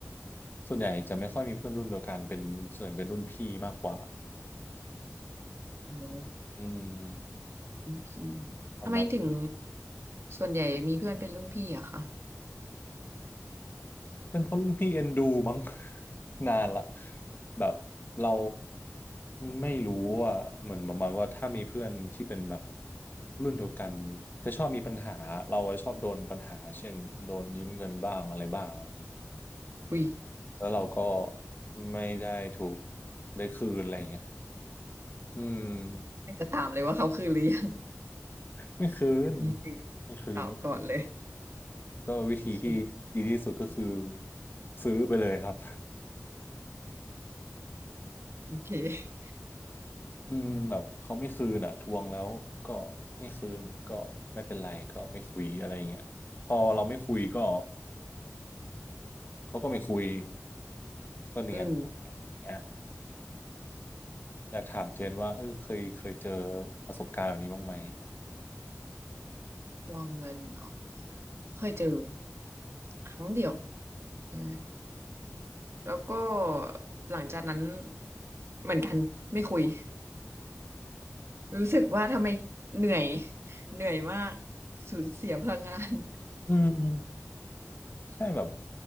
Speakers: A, on the left; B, on the right.
A: ส่วนใหญ่จะไม่ค่อยมีเพื่อนรุ่นเดียวกันเป็นส่วนเป็นรุ่นพี่มากกว่า
B: ห
A: อืม
B: โอเค
A: ทำมาณ
B: ทำไมถึงส่วนใหญ่มีเพื่อนเป็นรุ่นพี่อะคะ
A: เป็นเพราะรุ่นพี่เอ็นดูมั้ง <laughs> นานละแบบเราไม่รู้ว่าเหมือนประมาณว่าถ้ามีเพื่อนที่เป็นแบบรุ่นเดียวกันจะชอบมีปัญหาเราอะชอบโดนปัญหาเช่นโดนยืมเงินบ้างอะไรบ้างอะไรอย่างเงี้ย
B: อุ้ย
A: แล้วเราก็ไม่ได้ถูกได้คืนอะไรอย่างเงี้ยอืม
B: ไม่จะถามเลยว่าเขาคือหรือยัง
A: ไม่คืน
B: นี่คือ
A: ไม่คืนไม่คืน
B: ตอบก่อนเลย
A: ก็วิธีที่ดีที่สุดก็คือ
B: โอเค
A: ซื้อไปเลยครับ
B: โอเค
A: อืมแบบเขาไม่คืนอ่ะทวงแล้วก็ไม่คืนก็ไม่เป็นไรก็ไม่คุยอะไรเงี้ยพอเราไม่คุยก็เขาก็ไม่คุยก็เนียน
B: อืม
A: เงี้ยอยากถามเจนว่าเออเคยเคยเจอประสบการณ์แบบนี้บ้างไหม
B: วางเงินเนาะเคยเจอครั้งเดียวใช่แล้วก็หลังจากนั้นเหมือนกันไม่คุยรู้สึกว่าทำไมเหนื่อยเหนื่อยมากสูญเสียพลังงาน <laughs>
A: อืมใช่แบบ